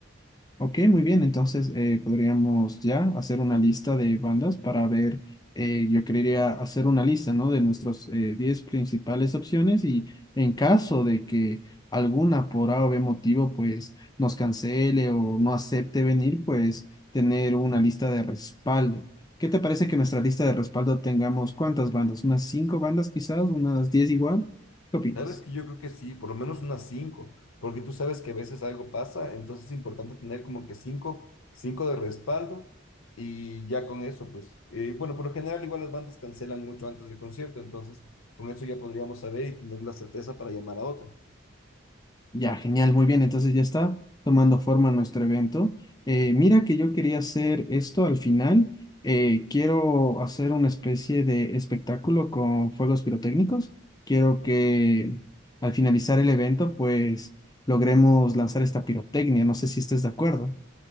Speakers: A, on the left; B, on the left.
A: Ok, muy bien. Entonces eh, podríamos ya hacer una lista de bandas para ver, eh, yo quería hacer una lista, ¿no? De nuestros eh, 10 principales opciones y en caso de que alguna por A o B motivo pues nos cancele o no acepte venir, pues tener una lista de respaldo. ¿Qué te parece que nuestra lista de respaldo tengamos cuántas bandas? ¿Unas 5 bandas quizás? ¿Unas 10 igual? ¿Qué opinas?
B: Sabes que yo creo que sí, por lo menos unas cinco, porque tú sabes que a veces algo pasa, entonces es importante tener como que cinco, cinco de respaldo y ya con eso, pues, eh, bueno, por lo general igual las bandas cancelan mucho antes del concierto, entonces con eso ya podríamos saber y tener la certeza para llamar a otra.
A: Ya, genial, muy bien. Entonces ya está tomando forma nuestro evento. Eh, mira que yo quería hacer esto al final. eh, quiero hacer una especie de espectáculo con fuegos pirotécnicos. Quiero que al finalizar el evento, pues logremos lanzar esta pirotecnia. No sé si estés de acuerdo.